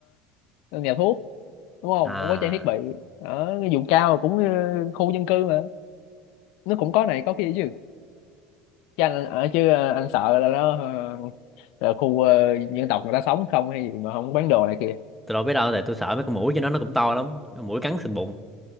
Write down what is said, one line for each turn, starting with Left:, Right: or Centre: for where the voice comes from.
Left: ờ, nhà thuốc đúng không
Centre: à
Left: không có trang thiết bị ở cái vùng cao cũng ờ, khu dân cư mà nó cũng có này có kia chứ chứ anh ở chứ ờ, anh sợ là nó ờ, là khu ờ, dân tộc người ta sống không hay gì mà không bán đồ này kia
Centre: Tôi đâu biết đâu, tại tôi sợ mấy con muỗi cho nó nó cũng to lắm. Muỗi cắn xịt bụng.